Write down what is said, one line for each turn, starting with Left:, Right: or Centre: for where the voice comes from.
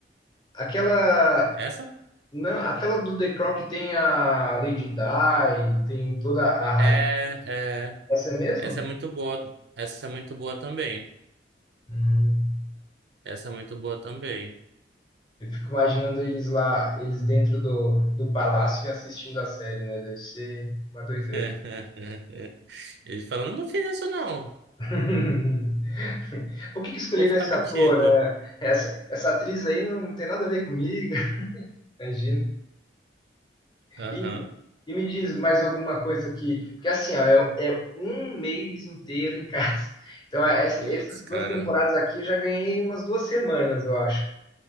Left: Aquela
Right: Essa?
Left: não, aquela do The Crown que tem a Lady Di, tem toda a rainha.
Right: É, é,
Left: Essa é mesmo?
Right: essa é muito boa. Essa é muito boa também.
Left: Hum.
Right: Essa é muito boa também.
Left: Eu fico imaginando eles lá, eles dentro do, do palácio e assistindo a série, né? Deve ser uma doideira.
Right: <laughs> Ele falando eu não fiz isso não. O
Left: <laughs> Por que que escolheram
Right: povo tá
Left: esse
Right: mentindo.
Left: ator? né? Essa, essa atriz aí não tem nada a ver comigo. <laughs> Imagina.
Right: Aham.
Left: E, e me diz mais alguma coisa aqui, porque assim, ó, é, é um mês inteiro em <laughs> casa. Então, essa-
Right: Putz,
Left: essas
Right: cara.
Left: duas temporadas aqui eu já ganhei umas duas semanas, eu acho. O